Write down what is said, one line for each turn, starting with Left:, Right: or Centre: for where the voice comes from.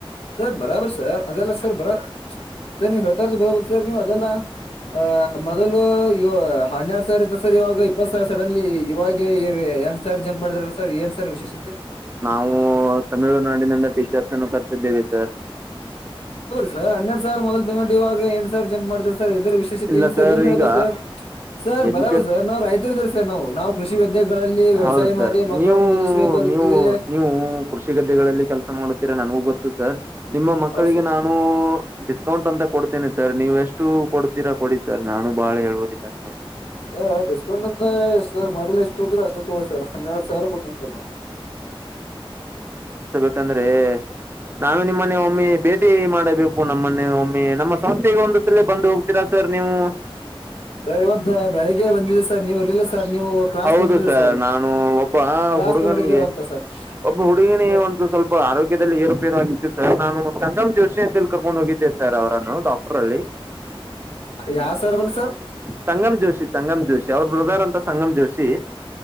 Left: ಸರ್ ಬರಾಬರಿ ಸರ್ ಅದೆಲ್ಲ ಸರ್ ಬರ ಸರ್ ನೀವ್ ಹೇಳ್ತಾರ್ದ ಬರಬರಿ ಸರ್ ನೀವ್ ಅದೆಲ್ಲಾ ಆ ಮೊದಲು ಇ ಹನ್ನೆರಡ್ ಸಾವಿರ ಇತ್ತು ಸರ್ ಇವಾಗ ಇಪ್ಪತ್ತು ಸಾವಿರ ಸಡನ್ಲಿ ಇವಾಗೆ ಏ ಎರ್ಡು ಸರ್ ಜಂಪ್ ಮಾಡಿದಾರಲ್ಲ ಸರ್ ಏನ್ ಸಾರ್ ವಿಶೇಷತೆ
Right: ಹ್ಮ್ ತಮಿಳುನಾಡಿನಿಂದ ಟೀಚರ್ಸ್ ಅನ್ನು ಕರೆಸಿದ್ದೇವಿ ಸರ್
Left: ದ ಹನ್ನೆರಡ್ ಸಾರ್ ಮೊದ ಪೇಮೆಂಟ್ ಇವಾಗ ಎಂಟು ಸಾರ್ ಜಂಪ್ ಮಾಡ್ರ ರ್ ಇದ್ರ ವಿಶೇಷತೆ
Right: ಇಲ್ಲ
Left: ಸರ್ ಏನ್ ಹೇಳ್ಬೇಕು
Right: ಈಗ
Left: ಸರ್ ಸರ್
Right: ಎಜುಕೇಟ್
Left: ಬರಬರ್ ಸರ್ ನಾ್ ರೈತರು ಇದ್ದಾರೆ ಸರ್ ನಾವು ನಾವು ಕೃಷಿ ವಿದ್ಯೆಗಳಲ್ಲಿ ವ್ಯವಸಾಯ
Right: ಹೌದು ಸರ್
Left: ಮಾಡಿ ಮಕ್ಕಳನ್ನು
Right: ನೀವು
Left: ಓದಿಸಬೇಕಾಗುತ್ತದೆ
Right: ನೀವು ನೀವು ಕೃಷಿ ಗದ್ದೆಗಳಲ್ಲಿ ಕಲ್ ಮಾಡುತ್ತೀರ ನನಗೂ ಗೊತ್ತು ಸರ್ ನಿಮ್ಮ ಮಕ್ಕಳಿಗೆ
Left: ಹೌದು ಸರ್
Right: ನಾನು ಡಿಸ್ಕೌಂಟ್ ಅಂತ ಕೊಡ್ತೇನೆ ಸರ್ ನೀವು ಎಷ್ಟು ಕೊಡ್ತೀರಾ ಕೊಡಿ ಸರ್ ನಾನು ಬಹಳ ಹೇಳುವುದಿಲ್ಲ ನಿಮಗೆ
Left: ಹ ಡಿಸ್ಕೌಂಟ್ ಅಂತಷ್ಟ ಮೊದ್ಲು ಎಷ್ಟು ತೋದ್ರ ಅಷ್ಟತ್ತ ಗೋಳ್ರ ಸಾವಿರ ಹನ್ನೆರಡು ಸಾವಿರ ಕೊಟ್ಟಂ ಸರ್ ನ
Right: ಯಾಕಂದ್ರೆ ನಾನು ನಿಮ್ಮನೆ ಒಮ್ಮೆ ಭೇಟಿ ಮಾಡಬೇಕು ನಮ್ಮನೆ ಒಮ್ಮೆ ನಮ್ಮ ಸಂಸ್ಥೆಗೆ ಒಂದ್ ಸಲ ಬಂದು ಹೋಗ್ತೀರಾ ಸರ್ ನೀವು
Left: ಸರ್ ಇವತ್ತು ಬೆಳಿಗ್ಗೆ ಬಂದಿದೆ ಸರ್ ನೀವಲ್ಲಿಲ್ಲ ಸರ್ ನೀವು ಕ್ಲಾಸ್
Right: ಹೌದು
Left: ತಂದಿದರಿ ಸರ್
Right: ನಾನು ಒಬ್ಬ
Left: ಕ್ಲಾಸ್
Right: ಹುಡುಗನಿಗೆ
Left: ನೋಡಿದೀರ ಅಂತ ಸರ್
Right: ಒಬ್ಬ ಹುಡುಗಿ
Left: ನೀವು
Right: ಒಂದು ಸ್ವಲ್ಪ ಆರೋಗ್ಯದಲ್ಲಿ ಏರುಪೇರ ಆಗಿದ್ದ ಸರ್ ನಾನು ಸಂಗಮ್ ಜೋಶಿ ಅಂತ ಕರ್ಕೊಂಡ್ ಹೋಗಿದ್ದೆ ಸರ್ ಅವ್ರನ್ನು ಡಾಕ್ಟರ್ ಅಲ್ಲಿ
Left: ಯಾವ ಸರ್ ಬಲ್ ಸರ್
Right: ಸಂಗಮ್ ಜೋಷಿ ಸಂಗಮ್ ಜೋಷಿ ಅವ್ರ ಬ್ರದರ್ ಅಂತ ಸಂಗಮ್ ಜೋಷಿ